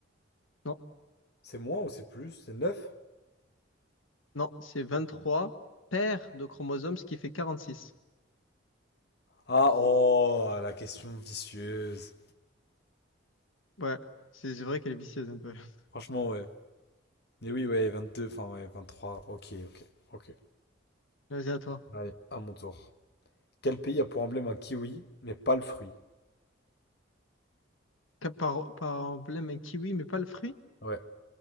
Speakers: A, on the left; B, on the left.
A: non,
B: C'est moins ou c'est plus? C'est neuf
A: non. C'est vingt-trois paires de chromosomes, ce qui fait 46.
B: Ah, oh, la question vicieuse.
A: Ouais, c'est c'est vrai qu'elle est vicieuse un peu. <laughs>
B: Franchement, ouais. Mais oui, ouais, 22, enfin, ouais, 23. Ok, ok, ok.
A: Vas-y, à toi.
B: Allez, à mon tour. Quel pays a pour emblème un kiwi, mais pas le fruit?
A: Quel Par, par emblème, un kiwi, mais pas le fruit?
B: Ouais,